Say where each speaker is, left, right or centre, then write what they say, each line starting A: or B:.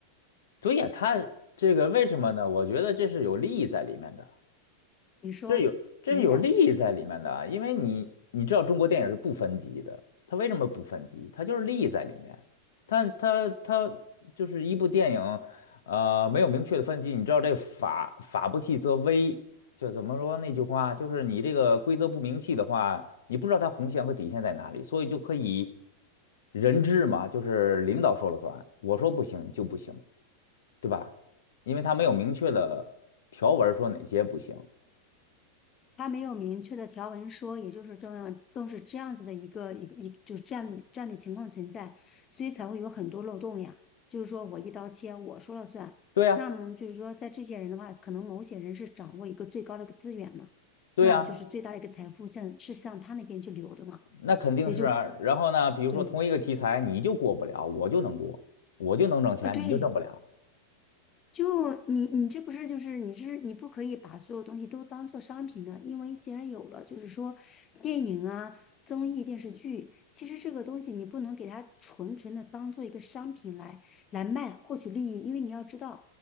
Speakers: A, on the left; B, on the left.
A: 对呀，他这个为什么呢？我觉得这是有利益在里面的。
B: 你说怎么讲？
A: 这有这是有利益在里面的啊因为你你知道中国电影是不分级的，它为什么不分级？它就是利益在里面，它它它就是一部电影，呃，没有明确的分级，你知道这法法不细则微，就怎么说那句话，就是你这个规则不明细的话，你不知道它红线和底线在哪里，所以就可以人治嘛，就是领导说了算，我说不行就不行，对吧？因为它没有明确的条文说哪些不行。
B: 他没有明确的条文说，也就是这样，更是这样子的一个一个一个，就是这样的这样的情况存在，所以才会有很多漏洞呀。就是说我一刀切，我说了算。
A: 对呀、
B: 那么就是说，在这些人的话，可能某些人是掌握一个最高的一个资源呢，
A: 对呀，
B: 那我就是最大的一个财富向是向他那边去流的嘛。
A: 那肯定是啊。
B: 所以就
A: 然后呢，比如说同一个题材，
B: 对，
A: 你就过不了，我就能过，我就能挣钱，
B: 呃，对，
A: 你就挣不了，
B: 就你你这不是就是你是你不可以把所有东西都当做商品呢，因为既然有了，就是说电影啊、综艺、电视剧，其实这个东西你不能给它纯纯的当做一个商品来来卖获取利益，因为你要知道，